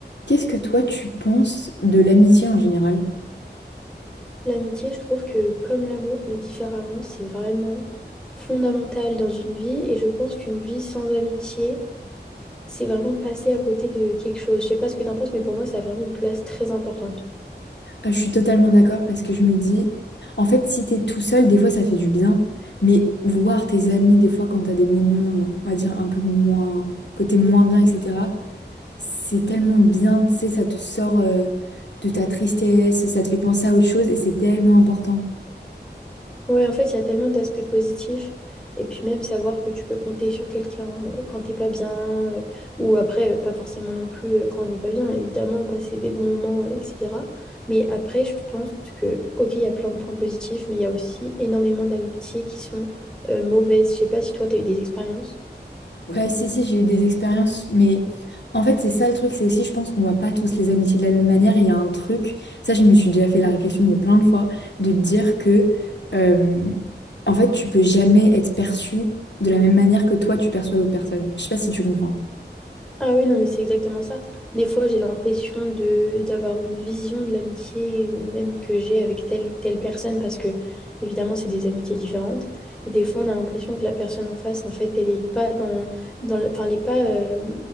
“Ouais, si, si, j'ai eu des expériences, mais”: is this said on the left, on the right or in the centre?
Left